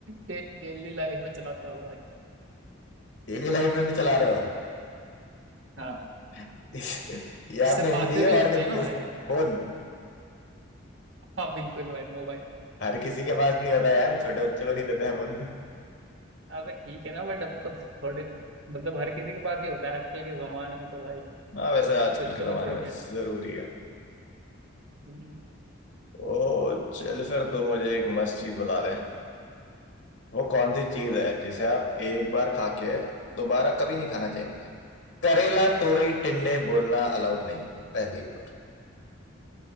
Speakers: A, on the right; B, on the left.
A: day, daily life में चलाता हूँ भाई
B: डेली लाइफ में भी चला रहे हो
A: हाँ
B: <laughs> इस- ये
A: उससे
B: आपने हिंट
A: बातें
B: दी है
A: भी होती
B: और कंफ्यूज
A: है ना भाई
B: की फोन
A: हाँ बिल्कुल भाई मोबाइल
B: हर किसी के पास नहीं होता यार छोटे बच्चों को नहीं देते हैं फोन
A: अबे ठीक है ना बट अब तो थोड़े मतलब हर किसी के पास ही होता है आजकल के जमाने में तो भाई
B: <laughs> हाँ वैसे आजकल
A: बच्चों
B: के
A: को
B: जमाने
A: छोड़
B: में जरूरी है
A: के
B: तो चल फिर तू मुझे एक मस्त चीज बता दे वो कौन सी चीज है जिसे आप एक बार खा के दोबारा कभी नहीं खाना चाहेंगे करेला तोरई टिंडे बोलना अलाउड नहीं है पहले ही बोल रहा हूँ